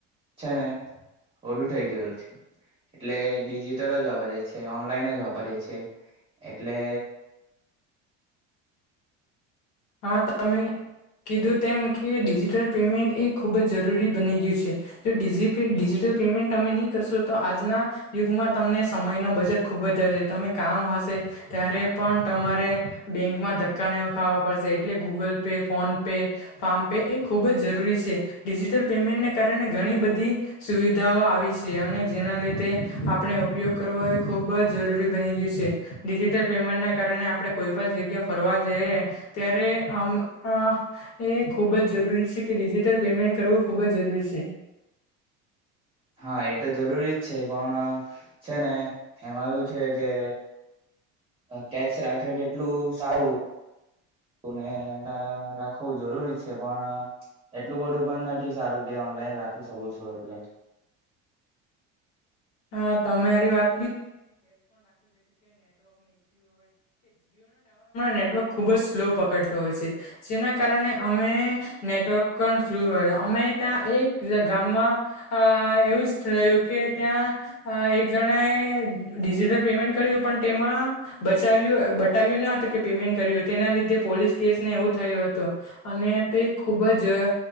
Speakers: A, on the right; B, on the left.
A: છે ને ઓડું થઇ ગયું છે એટલે ડિજિટલ જ વાપરીએ છીએ ઓનલાઈન જ વાપરીએ છીએ એટલે
B: હા ત અમે કીધું તેમ કે ડિજિટલ પેમેન્ટ એ ખૂબ જ જરૂરી બની ગયું છે ડિજટલ પેમેન્ટ તમે નહી કરશો તો આજના યુગમાં તમને સમયનો બજટ ખુબ જ હશે તમે કામ હશે <unintelligible> ત્યારે પણ તમારે બેંકમાં ધક્કા નહીં ખાવા. <unintelligible> એટલે Google Pay PhonePe farm pay એ ખૂબ જ જરૂરી છે, ડિજિટલ પેમેન્ટને ક કારણે ઘણી બધી સુવિધાઓ આવી છે, અને જેના લીધે આપણે ઉપયોગ કરવો એ ખૂબ <unintelligible> જ જરૂરી બની ગયું છે, ડિજિટલ પેમેન્ટને કારણે આપણે કોઈ પણ જગ્યા ફરવા જઈએ. ત્યારે આમ. હા એ ખૂબ જ જરૂરી છે, કે ડિજિટલ પેમેન્ટ કરવું ખૂબ જ જરૂરી છે.
A: હા એ તો જરૂરી જ છે, પણ. છે, ને એમાં એવું છે, કે. કેશ રાખેને એટલું સારું. ને રાખવું જરૂરી છે, પણ એટલું બધું પણ નથી સારું કે ઓનલાઈન રાખી <unintelligible> છું, એટલે
B: <inaudible> હા <unintelligible> ટાવર અમાર નેટવર્ક ખુબ જ સ્લો પકડતો હોય છે, જેના કારણે અમે નેટવર્ક પણ ફ્લુ અમે ત્યાં એક ગામમાં <unintelligible> એવું જ થયું કે ત્યાં અ એક જણાએ ડિજિટલ પેમેન્ટ કર્યું પણ તેમાં બચાવ્યું બટાવ્યું હતું કે પેમેન્ટ કરયુ તેના લીધે પોલીસ કેસ ને એવું થયું હતું અને તે ખૂબ જ